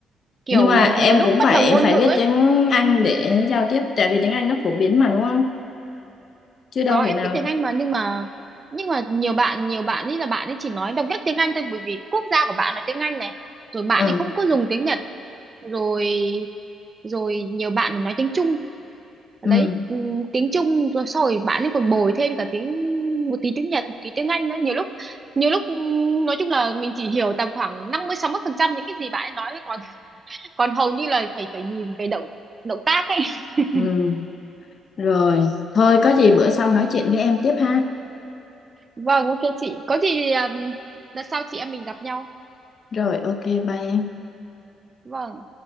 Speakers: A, on the right; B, on the left.
A: kiểu
B: nhưng mà em
A: nhiều lúc
B: cũng
A: bất
B: phải
A: đồng ngôn
B: phải
A: ngữ
B: biết
A: ấy
B: tiếng Anh để giao tiếp tại vì tiếng Anh nó phổ biến mà đúng không chứ đâu
A: có em
B: thể nào
A: biết tiếng Anh mà nhưng mà nhưng mà nhiều bạn nhiều bạn ấy là bạn ấy chỉ nói độc nhất tiếng Anh thôi bởi vì cái quốc gia của bạn là tiếng Anh này rồi bạn
B: ừ.
A: ấy không có dùng tiếng Nhật rồi rồi nhiều bạn thì nói tiếng Trung lấy
B: Ừ.
A: ừm, tiếng Trung rồi sau rồi bạn ấy còn bồi thêm cả tiếng một tí tiếng Nhật một tí tiếng Anh nữa nhiều lúc nhiều lúc ừm, nói chung là mình chỉ hiểu tầm khoảng năm mươi sáu mươi phần trăm những cái gì bạn ấy nói thôi còn còn hầu như là phải phải nhìn về động động tác ấy <laughs>
B: Ừ. rồi thôi có gì bữa sau nói chuyện với em tiếp ha
A: Vâng, ok chị. Có gì thì um, đợt sau chị em mình gặp nhau.
B: rồi ok bye em
A: Vâng.